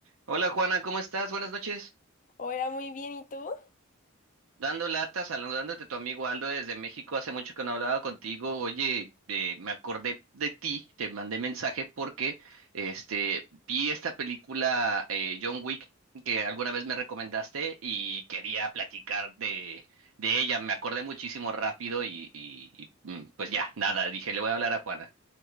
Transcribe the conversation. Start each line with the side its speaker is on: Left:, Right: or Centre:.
Right: Hola Juana, ¿cómo estás? Buenas noches.
Left: Hola, muy bien, ¿y tú?
Right: Dando lata, saludándote tu amigo Aldo desde México. Hace mucho que no hablaba contigo. Oye, eh, me acordé de ti, te mandé mensaje porque este vi esta película eh, John Wick que alguna vez me recomendaste y quería platicar de, de ella. Me acordé muchísimo rápido y, y- y, mm, pues ya, nada, dije, le voy a hablar a Juana.